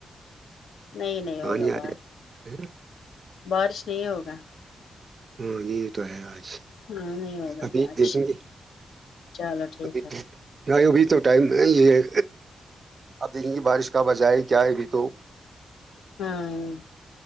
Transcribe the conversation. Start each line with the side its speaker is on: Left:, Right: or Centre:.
Left: نہیں نہیں
Right: پانی
Left: ہوگا
Right: آ
Left: باہر
Right: جاتا ہے
Left: بارش نہیں ہوگا
Right: ہاں یہ تو ہے آج
Left: ہاں نہیں ہوگا
Right: ابھی
Left: بارش
Right: دیکھیں گے
Left: چلو ٹھیک
Right: ابھی
Left: ہے
Right: نہیں ابھی تو ٹائم ہے یہ اپ دیکیں گے بارش کا وجہ ہے کیا ہے ابھی تو
Left: ہاں